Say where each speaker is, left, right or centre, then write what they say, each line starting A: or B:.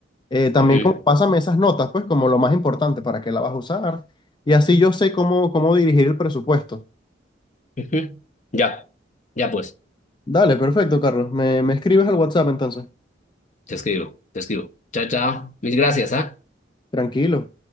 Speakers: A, on the left; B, on the left.
A: eh, también
B: Ujú,
A: como, pásame esas notas, pues como lo más importante para qué la vas a usar y así yo sé cómo, cómo dirigir el presupuesto.
B: ujú. Ya, ya pues,
A: Dale, perfecto, Carlos, me, me escribes al WhatsApp entonces,
B: te escribo, te escribo. Chao, chao. Mis gracias, ¿ah?
A: tranquilo.